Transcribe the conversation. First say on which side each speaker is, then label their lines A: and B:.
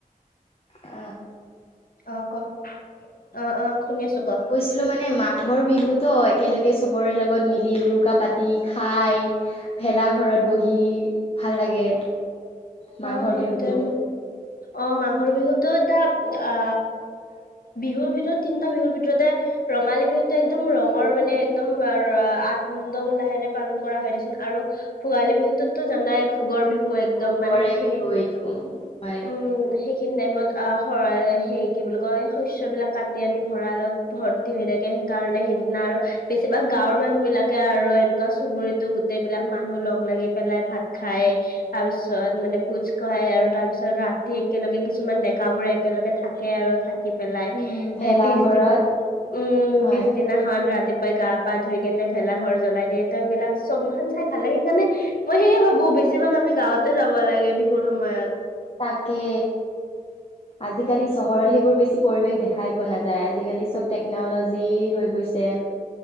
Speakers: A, on the left; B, on the left.
A: আ
B: অ কওঁ অ অ শুনি আছো ক
A: কৈছিলো মানে মাঘৰ বিহুতো একেলগে চবৰে লগত মিলি উৰুকা পাতি খাই ভে ভেলা ঘৰত বহি ভাল লাগে মাঘৰ
B: অ সেইটো
A: বিহুটো
B: অ মাঘৰ বিহুটো এতিয়া আ বিহুৰ ভিতৰত তিনটা বিহুৰ ভিতৰতে ৰঙালী বিহুতো একদম ৰঙৰ মানে একদম আনন্দ উল্লাহেৰে পালন কৰা হৈ দে চোন আৰু ভোগালী বিহুততো জানাই ভোগৰ বিহু একদম
A: ভোগৰে
B: মানে সেইখিনি
A: বিহু এইটো হয়
B: উম সেইখিনি টাইমত অ সে কি বুলি কয় শস্যবিলাক কাটি আনি ভঁৰালত ভৰ্তি হৈ থাকে সেইকাৰণে সেইদিনা আৰু বেছিভাগ গাঁৱৰ মানুহ বিলাকে আৰু এনেকুৱা চুবুৰিটো গোটেই বিলাক মানুহ লগ লাগি পেলাই ভাত খাই তাৰ পিছত মানে ভোজ খুৱাই আৰু তাৰ পিছত ৰাতি একেলগে কিছুমান ডেকাবোৰে একেলগে থাকে আৰু পেলাই
A: উম ভেলাঘৰত
B: এ পিছদিনা উম
A: হয়
B: পিছদিনাখন ৰাতি ই গা পা ধুই কেনে ভেলা ঘৰ জ্বলাই দিয়ে তই বিলাক চব মান চাই ভাল লাগ সেইকাৰণে মই সেয়ে ভাবো বেছিভাগ আমি গাওঁতে যাব লাগে বিহুৰ সময়ত
A: তাকে আজিকালি
B: উম
A: চহৰত সেইবোৰ বেছি পৰিৱেশ দেখাই পোৱা নাযায় আজিকালি চব টেকন'লজি হৈ গৈছে